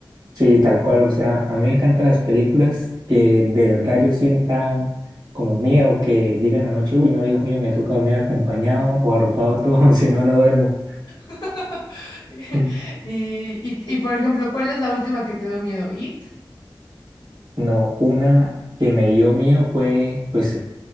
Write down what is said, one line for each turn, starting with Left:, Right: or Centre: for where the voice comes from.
Right: Sí, tal cual, o sea, a mí me encantan las películas que de verdad yo sienta como miedo, que digan la noche, uy, no, Dios mío, me toca dormir acompañado o arropado todo, <laughs> si no, no duermo.
Left: <laughs>
Right: <laughs>
Left: Y, y, y, por ejemplo, ¿cuál es la última que te dio miedo? ¿It?
Right: No, una que me dio miedo fue, pues,